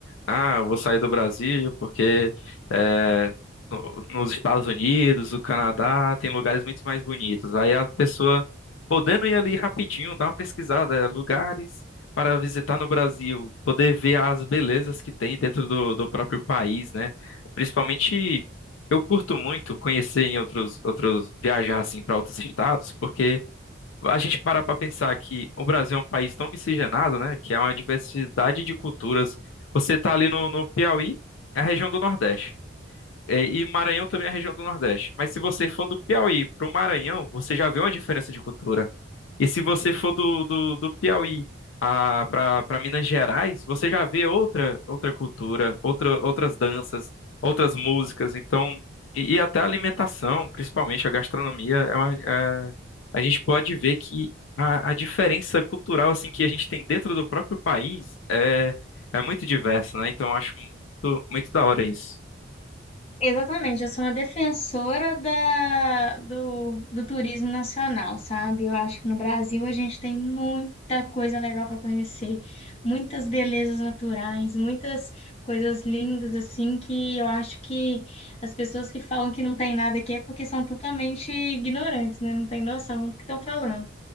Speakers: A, on the left; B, on the left.
A: ah, eu vou sair do Brasil porque é, no- nos Estados Unidos, o Canadá, tem lugares muito mais bonitos. Aí a pessoa, podendo ir ali rapidinho, dar uma pesquisada, é, lugares para visitar no Brasil, poder ver as belezas que tem dentro do, do próprio país, né? Principalmente, eu curto muito conhecer em outros, outros, viajar, assim, para outros estados, porque a gente parar para pensar que o Brasil é um país tão miscigenado, né? Que é uma diversidade de culturas. Você tá ali no, no Piauí, é a região do Nordeste. É, E Maranhão também é a região do Nordeste. Mas se você for do Piauí para o Maranhão, você já vê uma diferença de cultura. E se você for do, do, do Piauí para para Minas Gerais, você já vê outra outra cultura, outra, outras danças, outras músicas. Então, e, e até a alimentação, principalmente a gastronomia, é uma- é- a gente pode ver que a, a diferença cultural assim que a gente tem dentro do próprio país é, é muito diversa, né? Então, eu acho muito, muito da hora isso.
B: Exatamente, eu sou uma defensora da, do, do turismo nacional, sabe? Eu acho que no Brasil a gente tem muita coisa legal para conhecer, muitas belezas naturais, muitas coisas lindas, assim, que eu acho que as pessoas que falam que não tem nada aqui é porque são totalmente ignorantes, né? Não tem noção do que estão falando.